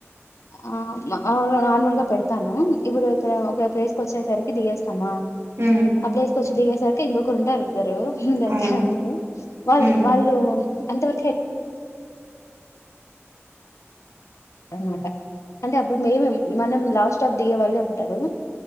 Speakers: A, on the left (about 85°); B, on the right (about 70°).
A: ఆ ననూలుగా పెడు స్తాను ఇప్పుడు ఒక ఒక ప్లేస్ క వచ్చేసరికి దిగేస్తా
B: హ్మ్
A: అప్పుేసుకోచ్చు ది సాక ఇకొకరుంటారు ఇద్దరు ముందరి
B: ఆ
A: క వాళ్ళు
B: హ్మ్
A: వాళ్ళు అంత వరకు అనమాట అంటే అప్పుడు మేముే మనం లాస్ట్ స్టాప్ దిగే వాళ్ళ అంటారు